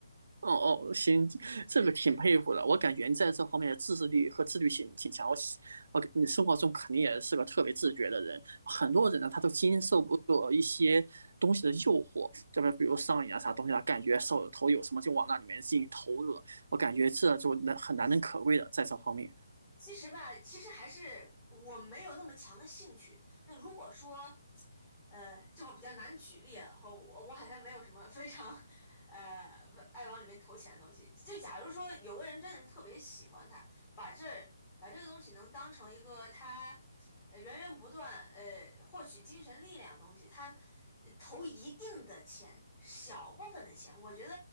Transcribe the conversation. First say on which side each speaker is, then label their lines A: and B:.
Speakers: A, on the right; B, on the left.
A: 哦哦，行，这个挺佩服的。我感觉你在这方面的自制力和自律性挺强。我喜，我你生活中肯定也是个特别自觉的人。很多人呢，他都经受不住一些东西的诱惑，这边比如上瘾啊啥东西啊，他感觉手里头有什么就往那里面进行投入了。我感觉这就难很难能可贵的在这方面。
B: 其实吧，其实还是我没有那么强的兴趣。那如果说，呃，这会儿比较难举例啊，我我好像没有什么非常，呃，爱往里面投钱的东西。就假如说有个人真的是特别喜欢它，把这儿把这个东西能当成一个他，呃源源不断呃获取精神力量的东西，他呃投一定的钱，小部分的钱，我觉得